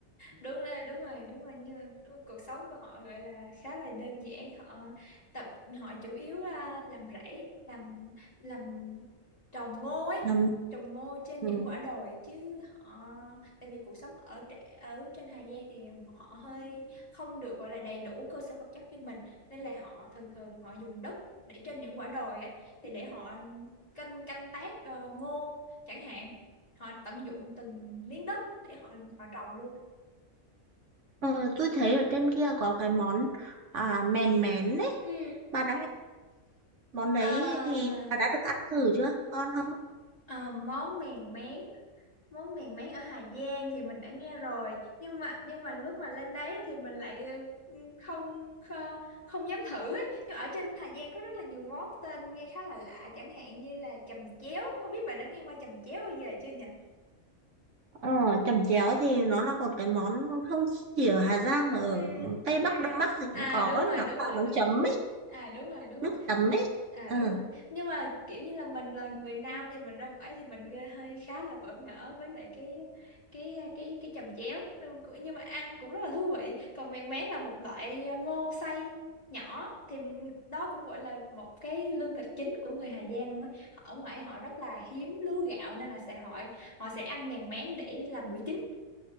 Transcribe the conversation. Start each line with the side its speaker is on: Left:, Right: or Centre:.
Left: đúng rồi đúng rồi đúng rồi như đúng- cuộc sống của họ gọi là khá là đơn giản họ tập họ chủ yếu à, làm rẫy làm làm trồng ngô ấy
Right: làm
Left: trồng ngô trên
Right: ừ.
Left: những quả đồi chứ họ tại vì cuộc sống ở trệ- ở trên Hà Giang thì họ hơi không được gọi là đầy đủ cơ sở vật chất như mình nên là họ thường thường họ dùng đất để trên những quả đồi ấy thì để họ canh canh tác ờ, ngô chẳng hạn họ tận dụng từng miếng đất để họ họ trồng luôn
Right: Ờ, tôi thấy ở trên kia có cái món à, mèn mén đấy.
Left: Ừ.
Right: Bà đã nghe món đấy
Left: À,
Right: thì bà đã được ăn thử chưa? Ngon không?
Left: à, món mèn mén món mèn mén ở Hà Giang thì mình đã nghe rồi nhưng mà nhưng mà lúc mà lên đấy thì mình lại ừ, không không, không dám thử ấy. Nhưng ở trên Hà Giang có rất là nhiều món tên nghe khá là lạ chẳng hạn như là chầm chéo không biết bạn đã nghe qua chầm chéo bao giờ chưa nhỉ
Right: Ờ, chẩm chéo thì nó là một cái món không chỉ ở Hà Giang mà ở
Left: Ừ.
Right: Tây Bắc, Đông Bắc thì
Left: à
Right: cũng có
Left: đúng
Right: ấy.
Left: rồi
Right: Nó
Left: đúng
Right: là
Left: rồi
Right: món
Left: đúng
Right: chấm
Left: rồi
Right: ấy,
Left: à đúng rồi đúng
Right: nước
Left: rồi
Right: chấm ấy.
Left: à
Right: Ừ,
Left: đúng rồi nhưng mà kiểu như là mình là người nam thì mình ra ngoài thì mình gây hơi khá là bỡ ngỡ với lại cái cái cái cái chồng chéo nhưng mà ăn cũng rất là thú vị còn mèn mén là một loại ngô xay nhỏ thì đó cũng gọi là một cái lương thực chính của người Hà Giang luôn á Họ ở ngoài họ rất là hiếm lúa gạo nên là sẽ họ họ sẽ ăn mèn mén để làm bữa chính